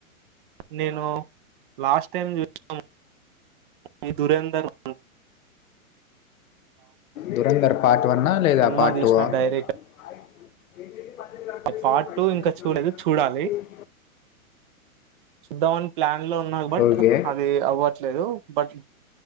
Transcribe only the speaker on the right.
నేను లాస్ట్ టైం చూసినము. ఈ దురందర్ వన్
సినిమా
తీసిన
డైరెక్ట్
పార్ట్
టూ ఇంకా
చూడలేదు
చూడాలి
చూద్దామని ప్లాన్ లో ఉన్నా బట్
అది అవ్వట్లేదు బట్